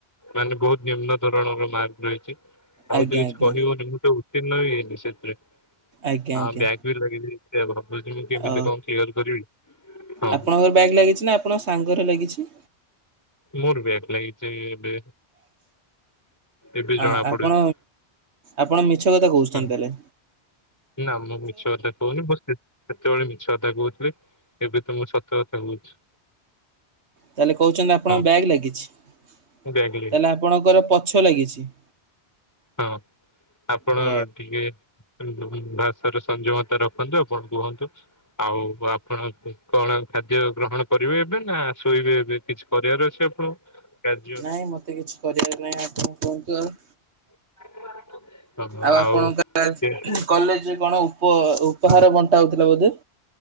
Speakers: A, on the left (about 15°); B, on the right (about 80°).
A: ମାନେ ବହୁତ ନିମ୍ନ ଧରଣର ମାର୍କ ରହିଛି ଆଉ
B: ଆଜ୍ଞା
A: ତ କିଛି
B: ଆଜ୍ଞା
A: କହିବ ଉତ୍ତୀର୍ଣ୍ଣ ବି ହେଇନି ସେଥିରେ
B: ଆଜ୍ଞା
A: ଆଉ
B: ଆଜ୍ଞା।
A: ବ୍ୟାଗ୍ ବି ଲାଗି ଯାଇଚି <unintelligible> ବୁଝିମି କେମିତି
B: ଓ
A: କଁ କ୍ଲିୟର କରିବି ହଁ।
B: ଆପଣଙ୍କର ବ୍ୟାଗ୍ ଲାଗିଛି ନା ଆପଣଙ୍କ ସାଙ୍ଗର ଲାଗିଛି?
A: ମୋର ବ୍ୟାଗ ଲାଗିଛି ଏବେ ଏବେ
B: ଆ
A: ଜଣା ପଡୁଛି।
B: ଆପଣ ଆପଣ ମିଛ କଥା କହୁଛନ୍ତି
A: ହଁ
B: ତାହେଲେ।
A: ନା ମୁଁ ମିଛ କଥା କହୁନି। ବାସ୍ ସେତେବେଳେ ମିଛ କଥା କହୁଥିଲି ଏବେ ତ ମୁଁ ସତ କଥା କହୁଛି।
B: ତାହେଲେ କହୁଛନ୍ତି ଆପଣଙ୍କ
A: ହଁ
B: ବ୍ୟାକ୍ ଲାଗିଛି ତାହେଲେ
A: ମୁଁ ବ୍ୟାକ୍ ଲାଗିଛି
B: ଆପଣଙ୍କର ପଛ ଲାଗିଛି।
A: ହଁ ଆପଣ
B: ହ।
A: ଟିକେ। ଉଁ ଭାଷାର ସଂଯମତା ରଖନ୍ତୁ ଆପଣ କୁହନ୍ତୁ। ଆଉ ଆପଣ କଣ ଖାଦ୍ୟ ଗ୍ରହଣ। କରିବେ ଏବେ ନା ଶୋଇବେ ଏବେ କିଛି କରିବାର ଅଛି ଆପଣଙ୍କୁ କାର୍ଯ୍ୟ।
B: ନାହିଁ ମତେ କିଛି। କରିବାର ନାଇଁ ଆପଣ କୁହନ୍ତୁ ଆଉ।
A: <unintelligible>
B: ଆଉ ଆପଣଙ୍କର‌
A: ଆଉ
B: ଆଜି କଲେଜରେ କଣ ଉପ ଉପହାର
A: ହଁ
B: ବଣ୍ଟା ହଉଥିଲା ବୋଧେ।